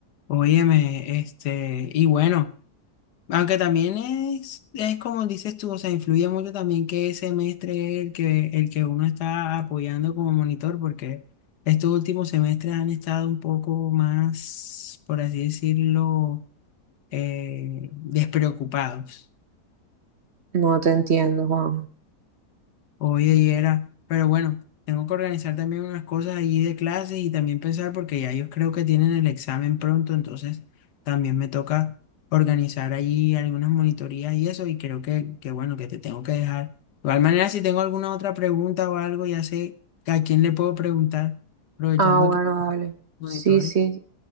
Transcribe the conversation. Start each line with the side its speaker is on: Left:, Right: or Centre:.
Left: Óyeme, este, y bueno. Aunque también es, es como dices tú, o sea, influye mucho también que semestre el que, el que uno está apoyando como monitor, porque estos últimos semestres han estado un poco más, por así decirlo, eh, despreocupados.
Right: No te entiendo, Juan.
Left: Oye, y era, pero bueno, tengo que organizar también unas cosas allí de clases y también pensar porque ya ellos creo que tienen el examen pronto, entonces también me toca organizar allí algunas monitorías y eso, y creo que, que bueno, que te tengo que dejar. De igual manera, si tengo alguna otra pregunta o algo, ya sé a quién le puedo preguntar, aprovechando
Right: Ah, bueno,
Left: que
Right: dale.
Left: monitores.
Right: Sí, sí,